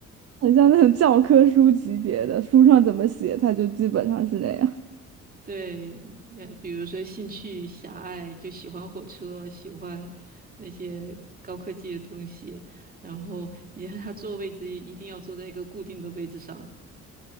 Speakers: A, on the right; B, on the right.
A: 很像那种教科书级别的，书上怎么写他就基本上是那样。
B: 对，也比如说兴趣狭隘，就喜欢火车，喜欢那些高科技的东西，然后你看他坐位置一定要坐在一个固定的位置上，